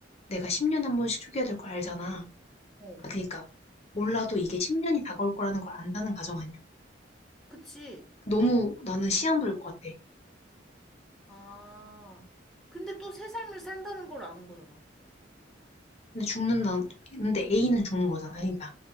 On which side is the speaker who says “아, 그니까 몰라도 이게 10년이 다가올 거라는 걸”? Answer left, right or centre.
Left